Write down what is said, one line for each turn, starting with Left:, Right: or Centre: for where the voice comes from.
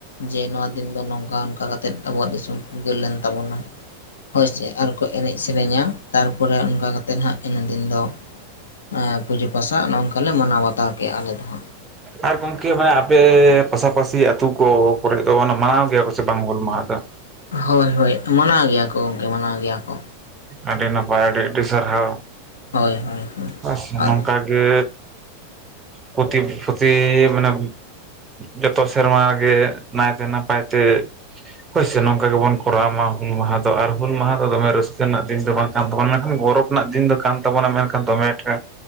Left: ᱡᱮ ᱱᱚᱣᱟ ᱫᱤᱱ ᱫᱚ ᱱᱚᱝᱠᱟᱱ ᱠᱟᱛᱟᱛᱮᱫ ᱟᱵᱚᱣᱟᱜ ᱫᱤᱥᱚᱢ ᱯᱷᱩᱨᱜᱟᱹᱞ ᱞᱮᱱ ᱛᱟᱵᱚᱱᱟ᱾ ᱦᱳᱭ ᱥᱮ ᱟᱨᱠᱚ ᱮᱱᱮᱡ ᱥᱮᱨᱮᱧᱟ, ᱛᱟᱨᱯᱚᱨᱮ ᱚᱱᱠᱟ ᱠᱟᱛᱮᱫ ᱦᱟᱸᱜ ᱤᱱᱟᱹ ᱫᱤᱱ ᱫᱚ ᱮᱸ ᱯᱩᱡᱟᱹ ᱯᱟᱥᱟ ᱱᱚᱝᱠᱟᱞᱮ ᱢᱟᱱᱟᱣ ᱵᱟᱛᱟᱣ ᱠᱮᱜᱼᱟ ᱟᱞᱮ ᱫᱚ ᱦᱟᱸᱜ᱾
Right: ᱟᱨ ᱜᱚᱢᱠᱮ ᱢᱟᱱᱮ ᱯᱮ ᱯᱟᱥᱟ-ᱯᱟᱥᱤ ᱟᱛᱩ ᱠᱚ ᱠᱚᱨᱮ ᱫᱚ ᱚᱱᱟ ᱢᱟᱱᱟᱣ ᱜᱮᱭᱟ ᱠᱚ ᱥᱮ ᱵᱟᱝ ᱦᱩᱞ ᱢᱟᱦᱟ ᱫᱚ?
Left: ᱦᱳᱭ ᱦᱳᱭ ᱢᱟᱱᱟᱣ ᱜᱮᱭᱟ ᱠᱚ ᱜᱚᱢᱠᱮ ᱢᱟᱱᱟᱣ ᱜᱮᱭᱟ ᱠᱚ᱾
Right: ᱟᱹᱰᱤ ᱱᱟᱯᱟᱭ ᱟᱹᱰᱤ ᱟᱹᱰᱤ ᱥᱟᱨᱦᱟᱣ
Left: ᱦᱳᱭ ᱦᱳᱭ ᱦᱳᱭ
Right: ᱦᱳᱭᱥᱮ
Left: ᱟᱨ
Right: ᱱᱚᱝᱠᱟ ᱜᱮ ᱯᱚᱛᱤ ᱯᱚᱛᱤ ᱢᱟᱱᱮ ᱡᱚᱛᱚ ᱥᱮᱨᱢ ᱜᱮ ᱱᱟᱭᱛᱮ ᱱᱟᱯᱟᱭ ᱛᱮ ᱦᱳᱭ ᱥᱮ ᱱᱚᱝᱠᱟ ᱜᱮᱵᱚᱱ ᱠᱚᱨᱟᱣ ᱢᱟ ᱦᱩᱞ ᱢᱟᱦᱟ᱾ ᱫᱚ ᱟᱨ ᱦᱩᱞ ᱢᱟᱦᱟ ᱫᱚᱢᱮ ᱨᱟᱹᱥᱠᱟᱹ ᱨᱮᱱᱟᱜ ᱫᱤᱱ ᱫᱚ ᱵᱟᱝ ᱠᱟᱱ ᱛᱟᱵᱚᱱᱟ᱾ ᱢᱮᱱᱠᱷᱟᱱ ᱜᱚᱨᱚᱵᱽ ᱨᱮᱱᱟᱜ ᱫᱤᱱ ᱫᱚ ᱠᱟᱱ ᱛᱟᱵᱚᱱᱟ, ᱢᱮᱱᱠᱷᱟᱱ ᱫᱚᱢᱮ ᱮᱴᱟ